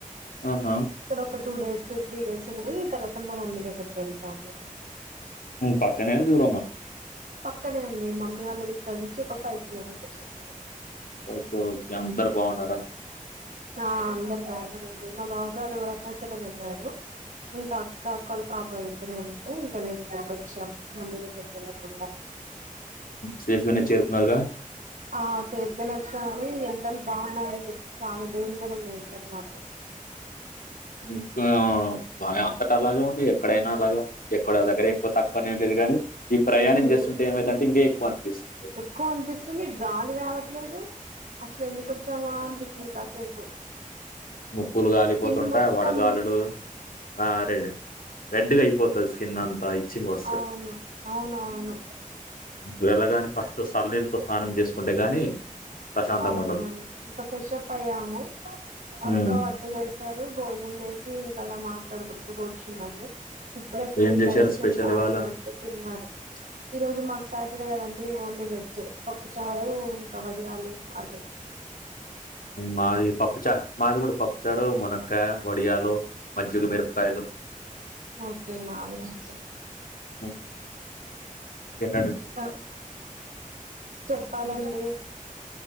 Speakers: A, on the left; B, on the right.
A: ఆహా
B: ఇక్కడ ఒక టూ డేస్ త్రీ డేస్ ఉండి తర్వాత మా మమ్మీ దగ్గరికి వెళ్తాము
A: పక్కనే దూరమా
B: పక్కనే అండి మమ్మీ వాళ్ళ దగ్గర నుంచి ఒక ఫైవ్ కిలోమీటర్స్ ఉంటాయండి
A: ఓకే ఓకే అందరు బాగున్నారా
B: ఆ అందరు బాగున్నారండి మా బావగారు అరుణాచలం వెళ్ళారు ఇంకా అక్క అక్కోళ్ల పాప ఇద్దరే ఉంటే ఇంకా మేము ఇక్కడికి వచ్చాం మమ్మీ దగ్గరికి వెళ్ళకుండా
A: సేఫ్ గానే చేరుకున్నారుగా
B: ఆ సేఫ్గానే వచ్చాను కాని ఎండలు బాగున్నాయండి చాలా డేంజర్ ఉంది ఎండలు మాత్రం
A: ఊ ఇంకా బా అంతట అలాగే ఉన్నాయి ఎక్కడైనా అలాగే ఉన్నాయి ఎక్కడ దగర ఎక్కువ తక్కువని ఏం లేదు కాని ఈ ప్రయాణం
B: ఉమ్
A: చేస్తుంటే ఏమైదంటే ఇంక ఎక్కువ అనిపిస్తుంటుంది
B: ఎక్కువ అనిపిస్తుంది గాలి రావట్లేదు అసలు ఎందు కోచ్చామా అనిపిస్తుంది కాసేపు
A: ముక్కులు గాలిపోతుంటాయి
B: స్కిన్ మొత్తం
A: వడగాలులు ఆ రే రే రెడ్గా అయిపోతుంది స్కిన్ అంతా ఇచ్చింగ్ వస్తుంది
B: అవును అవునవును
A: వెళ్ళగాని ఫస్ట్ సల్లనీళ్ళతో స్నానం చేసుకుంటే గాని ప్రశాంతంగా
B: అవునవును
A: ఉండదు
B: ఇంకా ఫ్రెష్ప్ అయ్యాము అక్క
A: ఉమ్,
B: చేశారు భోజనం చేసి ఇంకా అలా మాట్లాడుకుంటూ కూర్చున్నాము ఇప్పుడే పిల్లలకి
A: ఏం చేశారు
B: ఐస్ క్రీమ్స్
A: స్పెషల్
B: ఆర్డర్
A: ఇవాళ
B: పెడితే తిన్నారు ఈ రోజు మాకు సాటర్డే కదండి ఓన్లీ వెజ్ పప్పు చారూ ఇంకా వడియాలు అదే
A: మాది పప్పుచారు మాది కూడా పప్పుచారు మునక్కయ వడియాలు మజ్జిగ మిరపకాయలు.
B: ఓకే మాది కూడా సేమ్
A: హ్మ్. తినండి విశేషాలు.
B: ఆ చెప్పాలండి